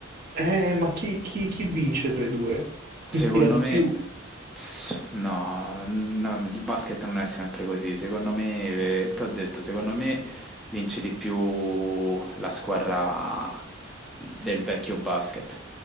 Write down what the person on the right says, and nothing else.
Eh, ma chi, chi- chi vince tra i due? Chi
tira di
più?